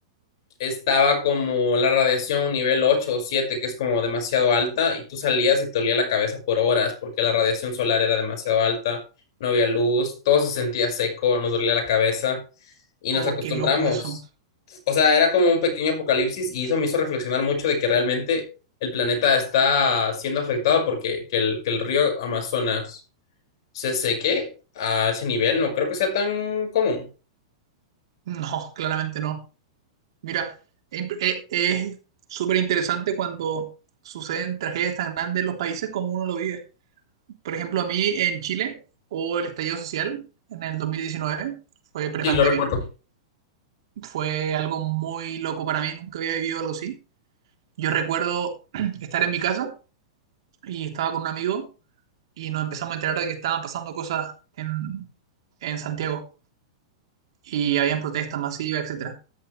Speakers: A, on the left; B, on the right.
A: estaba como la radiación nivel 8 o siete que es como demasiado alta, y tú salías y te olía la cabeza por horas porque la radiación solar era demasiado alta, no había luz, todo se sentía seco, nos dolía la cabeza y
B: Oh,
A: nos acostumbramos
B: qué loco eso.
A: o sea, era como un pequeño apocalipsis y eso me hizo reflexionar mucho de que realmente el planeta está siendo afectado porque que el, que el río Amazonas se seque a ese nivel, no creo que sea tan común.
B: No, claramente no. Mira, es imp- e- es súper interesante cuando suceden tragedias tan grandes en los países como uno lo vive. Por ejemplo, a mí en Chile, o el estallido social en el 2019, fue prepandemia.
A: Sí, lo recuerdo.
B: Fue algo muy loco para mí, nunca había vivido algo así. Yo recuerdo <clears throat> estar en mi casa y estaba con un amigo y nos empezamos a enterar de que estaban pasando cosas en, en Santiago y habían protestas masivas, etcétera.